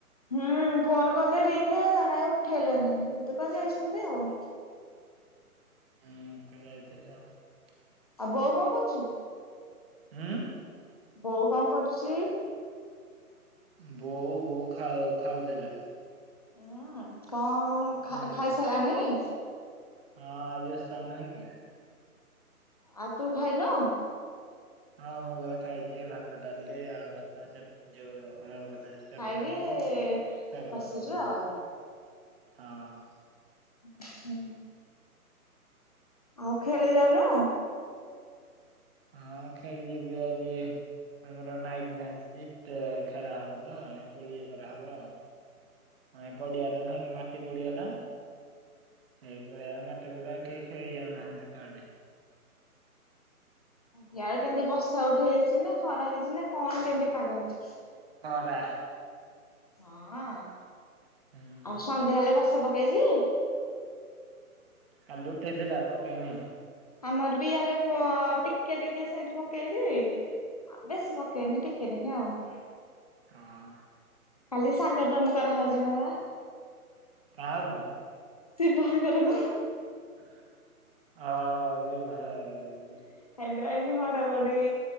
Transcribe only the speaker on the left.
ହୁଁ ଫୋନ କଲି ରିଙ୍ଗି ହେଲା ନାଇଁ ଉଠେଇଲେନି ବୋଧେ କୁଆଡ଼େ ଯାଇଛନ୍ତି ଆଉ
ଆଉ ବୋଉ କଣ କରୁଛି।
ବୋଉ କଣ କରୁଛି?
ହଁ କଣ ଖା
ଖାଇ ସାରିଲାଣି?
ଆଉ ତୁ ଖାଇନୁ?
ଖାଇକି
ବସିଛୁ
ଆଉ
ହଁ ହୁଁ। ଆଉ ଖେଳି ଯାଉନୁ?
ହିଆଡେ କେମିତି ବର୍ଷା ଉଠେଇଛି ନା ଖରା ହେଇଛି ନା କଣ କେମିତି ପାଗ ହେଇଛି?
ହଁ।
ଆଉ ସନ୍ଧ୍ୟା ହେଲେ ବସ ବର୍ଷା ପକେଇଛି?
ଆମର ବି ଇଆଡେ ପଅ ଟିକେ ଟିକେ ସାଇଟ ପକେଇଛି ବେଶୀ ପକେଇନି ଟିକେ ଟିକେ ଆଉ
କାଲି ସାଙ୍ଗତମ କରାହଉଛି ପରା?
ସେ ବାହାଘରକୁ
<unintelligible> ଏନୁ ଘଡ଼ଘଡ଼ି